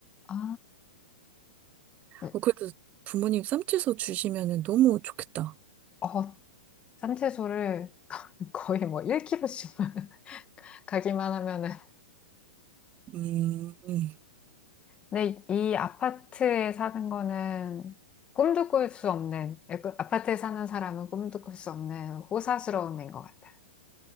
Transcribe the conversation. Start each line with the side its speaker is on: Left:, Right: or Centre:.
Left: 아, 네.
Right: 어, 그래도 부모님 쌈치소 주시면은 너무 좋겠다.
Left: 어, 쌈채소를 <laughs> 거의 뭐 1kg씩만 <laughs> 가기만 하면은
Right: 음, 음,
Left: 근데 이 아파트에 사는 거는 꿈도 꿀 수 없는, 약간 아파트에 사는 사람은 꿈도 꿀 수 없는 호사스러움인 것 같아요.